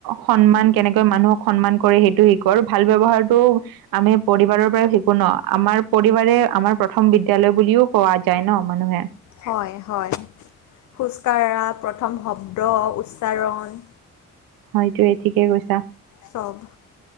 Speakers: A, on the right (about 80°); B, on the left (about 55°).
A: সন্মান কেনেকে মানুহক সন্মান কৰে, সেইটো শিকো। আৰু ভাল ব্যৱহাৰটো আমি পৰিবাৰৰ পৰা ন! আমাৰ পৰিবাৰে আমাৰ প্ৰথম বিদ্যালয় বুলিও কোৱা যায় ন, মানুহে।
B: হয়, হয়। খোজ কঢ়া, প্ৰথম শব্দ উচ্চাৰণ
A: হয়টোয়ে, ঠিকে কৈছা।
B: চব